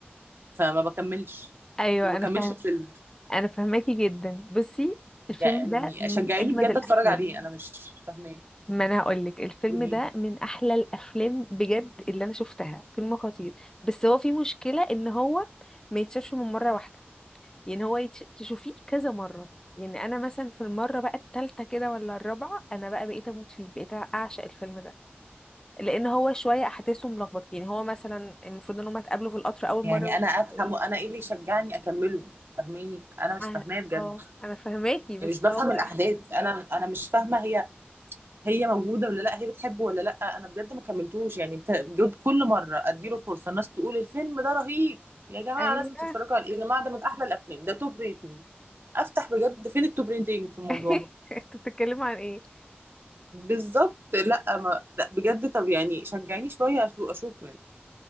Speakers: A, on the right (about 65°); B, on the left (about 15°).
A: فما بكملش
B: ايوه
A: ما بكملش
B: انا فاهم
A: الفيلم
B: انا فاهماكي جدا بصي الفيلم
A: يعني
B: ده من
A: شجعيني
B: اجمد
A: بجد
B: الافلام
A: أتفرج عليه أنا مش فاهماه
B: ما انا هقول لك الفيلم
A: قولي
B: ده من احلى الافلام بجد اللي انا شفتها فيلم خطير بس هو في مشكله ان هو ما يتشافش من مره واحده يعني هو يتش... تشوفيه كذا مره يعني انا مثلا في المره بقى التالتة كده ولا الرابعه انا بقى بقيت اموت فيه بقيت اعشق الفيلم ده لان هو شويه احداثه ملخبطه يعني هو مثلا المفروض ان هم اتقابلوا في القطر اول
A: يعني
B: مره ومش
A: أنا أفهمه
B: عارفه ايه
A: أنا إيه اللي يشجعني أكمله فاهماني أنا مش
B: انا
A: فاهماه بجد
B: اه انا فهماكي بس
A: يعني مش بفهم
B: هو
A: الأحداث أنا أنا مش فاهمة هي هي موجوده ولا لا هي بتحبه ولا لا انا بجد ما كملتوش يعني بت- بجد كل مره اديله فرصه الناس تقول الفيلم ده رهيب يا جماعه
B: ايوه
A: لازم تتفرجوا عليه يا جماعه ده من احلى الافلام ده توب ريتنج افتح بجد فين التوب ريتنج في الموضوع
B: <laughs> انت بتتكلم عن ايه
A: بالظبط لا ما لا بجد طب يعني شجعيني شويه أشو- اشوفه يعني